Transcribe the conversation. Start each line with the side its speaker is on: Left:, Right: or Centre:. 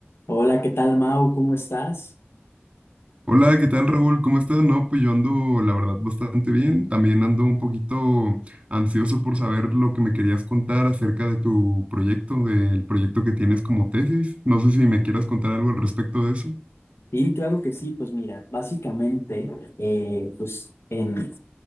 Left: Hola, ¿qué tal, Mau? ¿Cómo estás?
Right: Hola, ¿qué tal, Raúl? ¿Cómo estás? No, pues yo ando, la verdad, bastante bien. También ando un poquito ansioso por saber lo que me querías contar acerca de tu proyecto, del proyecto que tienes como tesis. No sé si me quieras contar algo al respecto de eso.
Left: Sí, claro que sí. Pues mira, básicamente, eh, pues en,